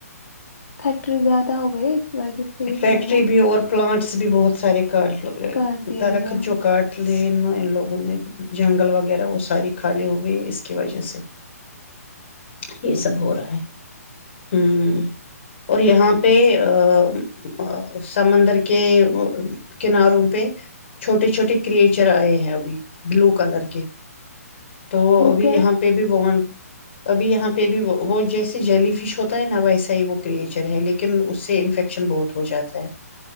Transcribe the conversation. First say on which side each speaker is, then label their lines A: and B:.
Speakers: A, on the left; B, on the left.
A: فیکٹری زیادہ ہو گئی اس وجہ سے یہ
B: فیکٹری
A: سب ہو رہا
B: بھی
A: ہے
B: اور پلانٹس بھی بہت سارییکال
A: کر دے
B: درخت
A: گئے ہم
B: جگاٹ لیے ان لوگوں نے جنگل وغیرہ وہ ساری خالی ہو گئی اس کی وجہ سے یہ سب ہو رہا ہے ہوں اور یہاں پہ ا سمندر کے کناروں پہ چھوٹے چھوٹے کرچر آئے ہیں ابھی بلو کلر کے تو
A: وہ
B: ابھی
A: کیا
B: یہاں
A: ہے
B: پہ بھی وہ ابھی یہاں پہ بھی وہ جیسے جیلی فش ہوتا ہے نا ویسا ہی وہ کریچر ہے لیکن اس سے انفیکشن بہت ہو جاتا ہے